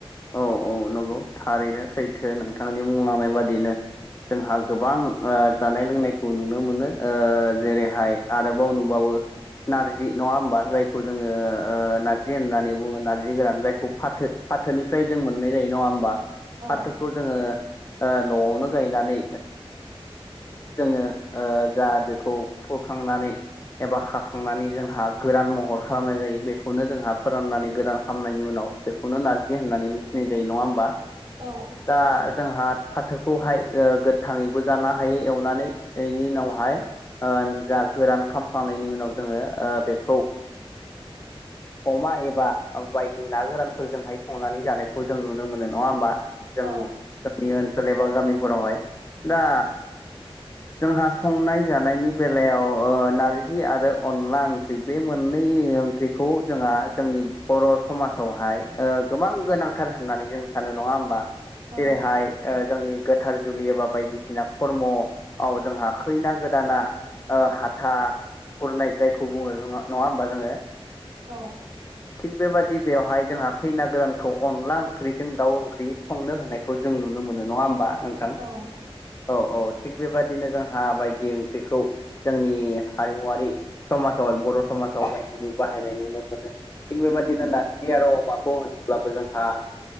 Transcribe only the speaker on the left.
औ औ नंगौ थारैनो सैथो नोंथांनि बुंलांनाय बादिनो जोंहा गोबां ओ जानाय लोंनायखौ नुनो मोनो। ओ जेरैहाय
आरोबाव नुबावो नारजि नङा होमबा जाय खौ जोङो ओ ना जि होननानै बुङो नारजि गोरान जायखौ फाथो फाथोनिफ्राय जों मोननाय जायो नङा होमबा? फाथोखौ
जोङो न'आवनो गायनानै जोङो जा बेखौ फोखांनानै एबा खाखांनानै जोंहा गोरान महर खालामनाय जायो बेखौनो जोंहा फोराननानै गोदान खालामनायनि उनाव बेखौनो नारजि होननानै मिथिनाय जायो नङा होमबा
दा जोंहा फाथोखौहाय गोथाङैबो जानो हायो एवनानै बेनि उनावहाय जा गोरान खामखांनायनि उनाव जोङो बेखौ अमा एबा बायदि ना गोरानफोरजोंहाय संनानै जानायखौ जों नुनो मोनो नङा होमबा जों
जोंनि ओनसोल एबा गामिफोरावहाय दा जोंहा संनाय जानायनि बेलायाव नारजि आरो अनला ओंख्रि बे मोन ओंख्रिखौ जोंहा जोंनि बर' समाजावहाय गोबां गोनांथार होननानै जों सानो नङा होमबा
जेरैहाय जोंनि गोथार जुलि एबा बायदिसिना खर्मव जोंहा खैना गोदाना हाथा खुरनाय जायखौ बुङो नङा होमबा जोङो
थिग बेबादि बेवहाय जोंहा खैना गोदानखौ अनला ओंख्रिजों दाउ ओंख्रि संनो होनायखौ जों नुनो मोन बोनो नङा होमबा नोंथां
औ औ थिग बेबायदिनो जोंहा बायदि ओंख्रिखौ जोंनि हारिमुवारि समाजावहाय बर' समाजाव बायदि बाहायनाय नुनो मोनो थिग बेबायदिनो होनारदि आरो अमाखौ होनोब्लाबो जोंहा